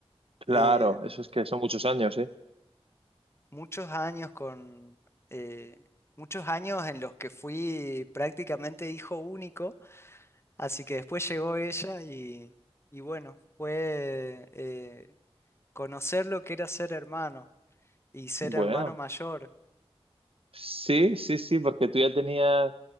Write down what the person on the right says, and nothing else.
Claro,
eso es que son muchos años, ¿eh?
Bueno.
Sí, sí, sí, porque tú ya tenías